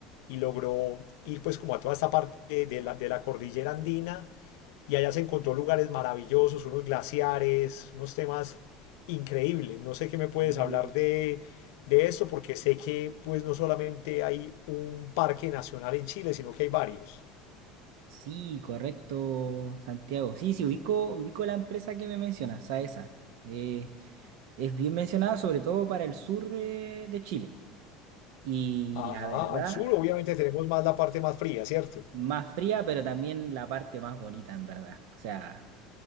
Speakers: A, on the left (about 75°); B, on the right (about 70°).
A: y logró ir pues como a toda esta parte de la, de la cordillera andina y allá se encontró lugares maravillosos, unos glaciares, unos temas increíbles. No sé qué me puedes
B: Uh,
A: hablar de, de esto porque sé que pues no solamente hay un parque nacional en Chile, sino que hay varios.
B: Sí, correcto, Santiago. Sí, sí, ubico, ubico la empresa que me mencionas, a esa. Eh, es bien mencionada sobre todo para el sur de, de Chile. Y
A: Ajá,
B: la verdad,
A: al sur obviamente tenemos más la parte más fría, ¿cierto?
B: más fría, pero también la parte más bonita, en verdad. O sea,